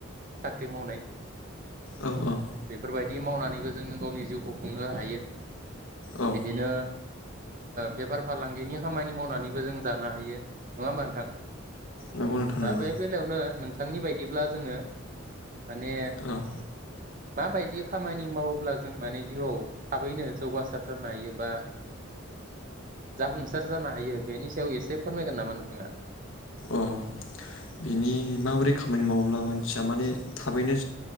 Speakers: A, on the right; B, on the left.
A: साख्रि मावनाय
B: औ औ
A: बेफोरबाय बिदि मावनानैबो जोङो गावनि जिउखौ खुंनो हायो।
B: औ
A: बिदिनो बेफार फालांगिनि खामानि मावनानैबो जों जानो हायो। नङा होमबा औ नोंथां
B: नंगौ
A: औ
B: नोंथां नंगौ
A: दा बे बेलायावनो नों थांनि बायदिब्ला जोङो माने
B: औ
A: माबायदि खामानि मावोब्ला जों माने जिउआव थाबैनो जौगासार जानो हायो बा जाफुंसार जानो हायो बेनि सायाव एसे फोरमायगोन नामा नोंथाङा?
B: अ बिनि माबोरै खामानि मावोब्ला मानसिया माने थाबैनो